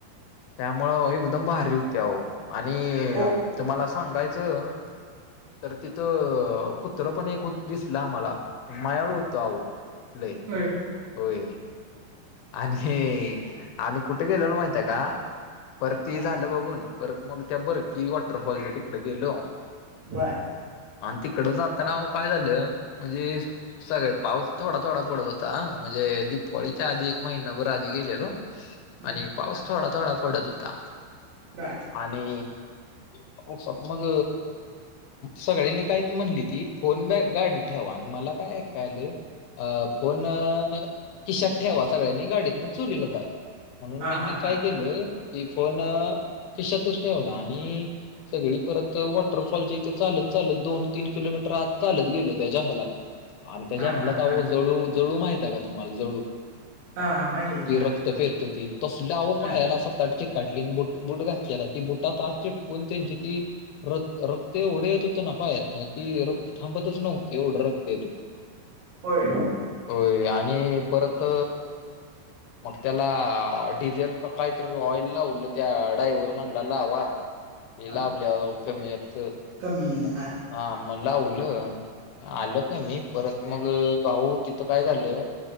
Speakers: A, on the left; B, on the right.
A: त्यामुळं एकदम भारी होती. आओ आणि
B: कोक
A: तुम्हाला असं. सांगायचं तर तिथं कुत्र पण एक होत दिसलं आम्हाला. मायाळू होतं आओ लय
B: होय
A: होय. आणि आम्ही कुठे गेलेलो माहिती का परती
B: हा
A: झालं बघून परत मग. त्या बरकी वाटर फॉल च्या तिकड गेलो.
B: बर.
A: आणं तिकड जाताना ओ काय झालं. म्हणजे सकाळी पाऊस थोडा थोडा पडत होता, म्हणजे दीपावलीच्या आधी महिनाभर आधी गेलेलो.
B: हम्म,
A: आणि पाऊस थोडा थोडा पडत होता.
B: बर.
A: आणि पावसात मग. सगळ्यांनी काही म्हणली ती. फोन बॅग गाडी ठेवा आणि मला काय ऐका आलं. अ फोन खिशात ठेवा. सगळ्यांनी गाडीतन चोरीला जाईल म्हणून
B: हा
A: मी
B: हा
A: मी काय
B: हा हा
A: केलं. की फोन खिशातच ठेवला. आणि सगळी परत वॉटरफॉलच्या इथे चालत चालत दोन तीन किलोमीटर आत चालत गेलो त्या जंगलात. अन त्या
B: हा
A: जंगलात
B: हा हा
A: आओ जळू जळू माहितीये का तुम्हाला जळू,
B: हा हा माहित आहे की
A: ती
B: हा
A: रक्त पेत ती तसल्या आव
B: ह
A: पायाला सताट चिकाटली बुट बुट घातलेला ती बुटात आत. चिटकून त्यांनची ती रक्त र ते एवढं येत होतं ना पायातनं. की रक्त थांबतच नव्हतं एवढं रक्त येत होतं.
B: होय.
A: होय आणि परत. मग त्याला डिझेल का काहीतरी ऑइल लावलं त्या डाईव्हर म्हणला लावा. ये
B: हा
A: लावल्यावर कमी येत.
B: कमी येईल हा.
A: हा मग लावलं. आलं कमी परत मग आहो तिथं काय झालं